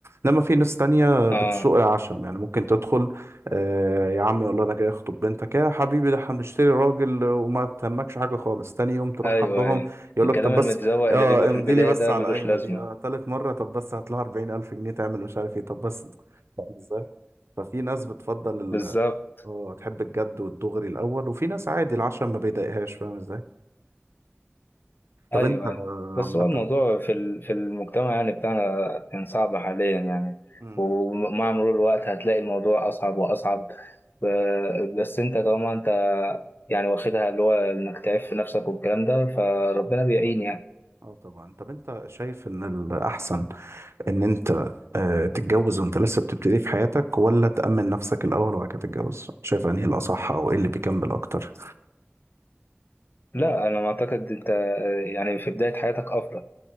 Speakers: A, on the right; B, on the left.
A: انما في ناس تانية
B: آه
A: بتسوق العشم يعني ممكن تدخل آه يا عم يقول له انا جاي اخطب بنتك يا حبيبي ده احنا بنشتري راجل وما تهمكش حاجه خالص تاني يوم تروح
B: أيوه
A: عندهم
B: أيوه
A: يقول
B: الكلام
A: لك طب
B: المتزوق
A: بس اه
B: اللي بيبقى في
A: امضي
B: البداية
A: لي بس
B: ده
A: على
B: ملوش
A: القايمه
B: لازمة
A: دي اه تالت مره طب بس هات لها 40000 جنيه تعمل مش عارف ايه طب بس فاهم ازاي ففي ناس بتفضل ال...
B: بالظبط
A: اه تحب الجد والدغري الاول وفي ناس عادي العشم ما بيضايقهاش فاهم ازاي طب
B: ايوه
A: انت آه،
B: أيوة. بس
A: عامه
B: هو الموضوع في ال- في المجتمع يعني بتاعنا كان صعب حاليا يعني
A: مم.
B: ومع مرور الوقت هتلاقي الموضوع اصعب واصعب ب- بس انت طالما انت يعني واخدها اللي هو انك تعيش في نفسك والكلام ده فربنا بيعين يعني
A: اه طبعا طب انت شايف ان الاحسن ان انت آه، تتجوز وانت لسه بتبتدي في حياتك ولا تأمن نفسك الاول وبعد كده تتجوز شايف انهي الاصح او ايه اللي بيكمل اكتر
B: لا انا ما اعتقد انت آه، يعني في بداية حياتك افضل